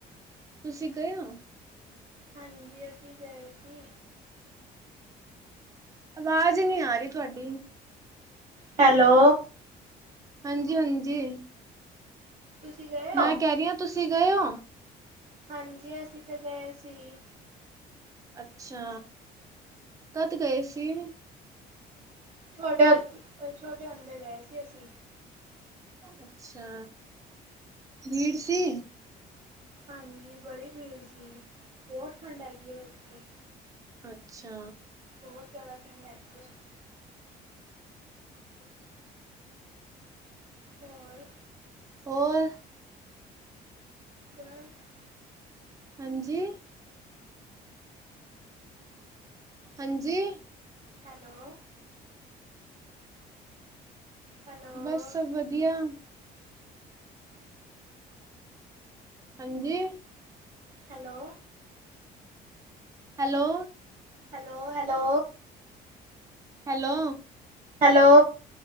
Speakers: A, on the right; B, on the right.
A: ਤੁਸੀਂ ਗਏ ਹੋ?
B: ਹਾਂਜੀ ਅਸੀਂ ਗਏ ਸੀ।
A: ਆਵਾਜ਼ ਨੀ ਆਰੀ ਤੁਹਾਡੀ।
B: ਹੈਲੋ।
A: ਹਾਂਜੀ-ਹਾਂਜੀ।
B: ਤੁਸੀਂ ਗਏ ਹੋ
A: ਮੈਂ ਕਹਿ ਰਹੀ ਆ ਤੁਸੀਂ ਗਏ ਹੋ?
B: ਹਾਂਜੀ ਅਸੀਂ ਤਾਂ ਗਏ ਸੀ।
A: ਅੱਛਾ, ਕਦ ਗਏ ਸੀ।
B: ਛਹਾਡੇ ਅ ਛੋਟੇ ਅੰਦੇ ਗਏ ਸੀ ਅਸੀਂ।
A: ਅੱਛਾ, ਭੀੜ ਸੀ।
B: ਹਾਂਜੀ, ਬੜੀ ਭੀੜ ਸੀ, ਬਹੁਤ ਠੰਡ ਹੈਗੀ ਆ ਉੱਥੇ।
A: ਅੱਛਾ।
B: ਬਹੁਤ ਜ਼ਿਆਦਾ ਠੰਡ ਹੈਗੀ ਹੈ।
A: <inaudible>
B: ਹੋਰ
A: ਹੋਰ?
B: <inaudible>
A: ਹਾਂਜੀ? ਹ <inaudible> ਹਾਂਜੀ।
B: ਹੈਲੋ। ਹੈਲੋ
A: ਬਸ ਸਭ ਵਧੀਆ। ਹਾਂਜੀ।
B: Hello.
A: Hello.
B: Hello, hello.
A: Hello.
B: Hello.